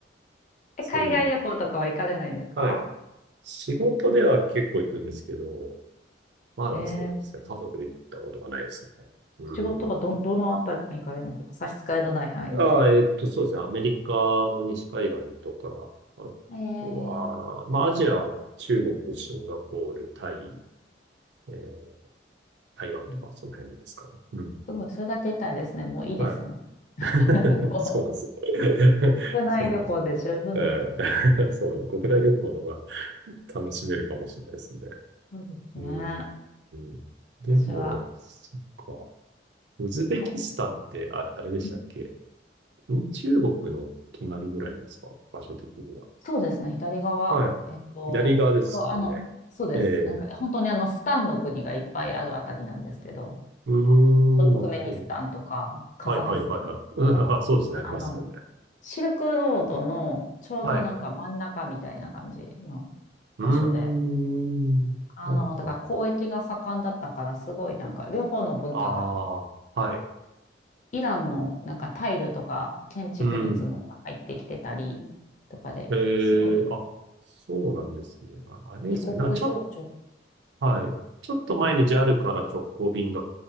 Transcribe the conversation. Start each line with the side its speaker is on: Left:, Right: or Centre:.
Left: え、
Right: それいい、
Left: 海外旅行とかは行かれないんですか
Right: はい。仕事では結構行くんですけど、まだそうですね。
Left: ええ
Right: 家族で行ったことがないですね。うん。
Left: 仕事はど、どのあたりに行かれるんですか差し支えのない範囲で。
Right: ああ、えっと、そうですね。アメリカの西海岸とか、あとは、
Left: えー、
Right: まあ、アジアは中国、シンガポール、タイ、えー台湾とか、
Left: うん、
Right: その辺ですかね。うん。
Left: すごい、それだけ言ったらですね、もういいですね。
Right: はい <laughs>
Left: <laughs> も
Right: そうなんですよ。<laughs>
Left: う、国内旅行で十分ですね。
Right: そうなんですよ。ええ <laughs> そう、国内旅行の方が楽しめるかもしれないですね。
Left: そうですね。
Right: うーん。でも、
Left: 私は、
Right: そっか。ウズベキスタンってあれ、
Left: 海外。
Right: あれでしたっけ
Left: うん
Right: ん中国の隣ぐらいなんですか場所的には。
Left: そうですね、左側。
Right: はい。
Left: えっと、
Right: 左側ですもんね。
Left: なんかあの、そうです。
Right: ええ
Left: なんか、本当にあの、スタンの国がいっぱいあるあたりなんですけど、
Right: うー
Left: トルクメニスタンとか、
Right: ん、なるほど。
Left: カザフスタン、
Right: はいはいはいはい。うん <laughs> そうですね、ありますよね。
Left: あの、シルクロードのちょうどなんか真ん中みたいな感じの場所で、
Right: はい。うーん。
Left: あの、
Right: はいはいはい。
Left: だから交易が盛んだったからすごいなんか両方の文化が、
Right: ああ、はい。
Left: イランのなんかタイルとか建築物も入ってきてたりとかで、
Right: うん。え
Left: すごい
Right: ーあ、そうなんですね。あ、あれですかね。
Left: 異国情緒。
Right: なんかちょっ、はい。ちょっと前に
Left: うん。
Right: JAL から直行便が